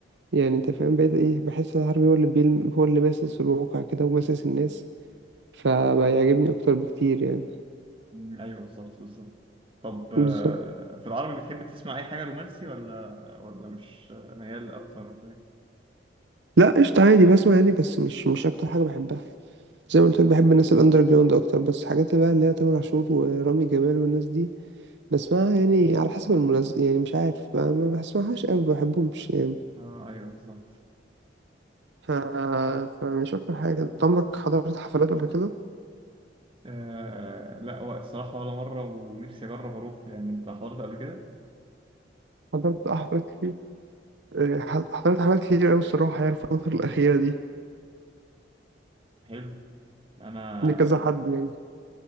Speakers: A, on the right (about 65°); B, on the right (about 30°).
A: يعني أنت فاهم بقيت إيه بحس العربي هو اللي بيلم هو اللي ماسس الواقع كده وماسس الناس فبيعجبني أكتر بكتير يعني
B: مم، ايوه بالظبط بالظبط طب آه،
A: بالظبط
B: في العربي بتحب تسمع اي حاجة رومانسي ولا ولا مش ميال اكتر ولا ايه؟
A: لا قشطة عادي بسمع يعني بس مش مش أكتر حاجة بحبها زي ما قلت لك بحب الناس الأندر جراوند أكتر بس حاجات بقى اللي هي تامر عاشور ورامي جمال والناس دي بسمعها يعني على حسب المناسبة يعني مش عارف ما ما بسمعهاش أوي ما بحبهمش يعني
B: اه ايوه بالظبط
A: ف... فمش أكتر حاجة أنت عمرك حضرت حفلات قبل كده؟
B: آه لا هو الصراحة ولا مرة ونفسي أجرب أروح يعني أنت حضرت قبل كده؟
A: حضرت آه حفلات كتير آه، ح- حضرت حفلات كتير أوي الصراحة يعني الفترة الأخيرة دي
B: حلو أنا
A: لكذا حد يعني